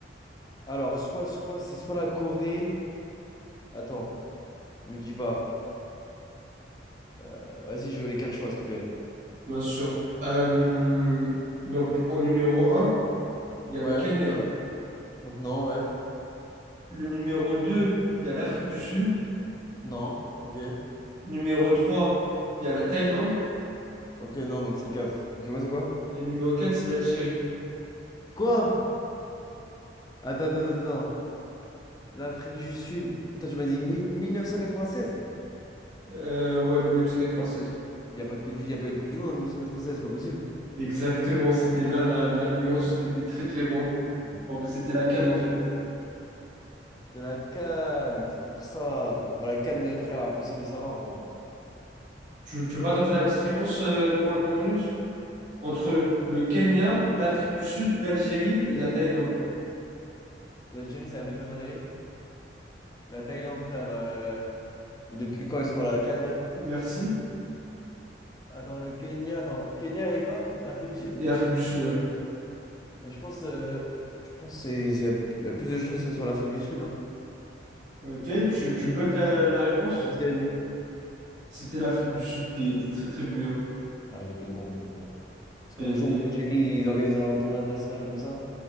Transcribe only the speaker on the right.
Bien sûr. Euh, donc en numéro un, il y
a le Kenya.
Le numéro 2, il y a l'Afrique du Sud.
Numéro 3, il y a la Thaïlande.
Et le numéro 4, c'est l'Algérie.
Euh, ouais,
seize
Exactement, c'était là la, la nuance, c'était très très bon.
Bon, C'était la canne en fait.
Tu, tu veux pas tenter la petite réponse euh, pour le point bonus? Entre le Kenya, l'Afrique du Sud, l'Algérie et la Thaïlande.
Merci.
Et,
et Afrique du Sud, ouais.
Ok, tu, tu bloques la la réponse?
C'était l'Afrique du Sud, t'es t'es très très bouillant.
T'as
été.